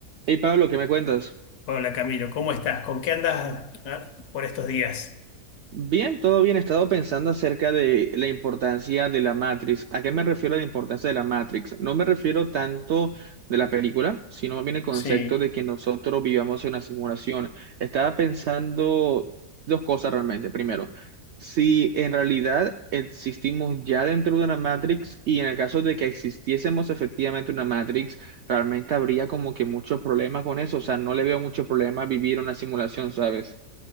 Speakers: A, on the right; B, on the left.
A: Hey Pablo, ¿qué me cuentas?
B: Hola Camilo, ¿cómo estás? ¿Con qué andas ah, por estos días?
A: Bien, todo bien. He estado pensando acerca de la importancia de la Matrix. ¿A qué me refiero a la importancia de la Matrix? No me refiero tanto de la película, sino más bien el concepto
B: Sí,
A: de que nosotros vivamos en una simulación. Estaba pensando dos cosas realmente. Primero, si en realidad existimos ya dentro de una Matrix y en el caso de que existiésemos efectivamente una Matrix, realmente habría como que muchos problemas con eso. O sea, no le veo mucho problema a vivir una simulación, ¿sabes?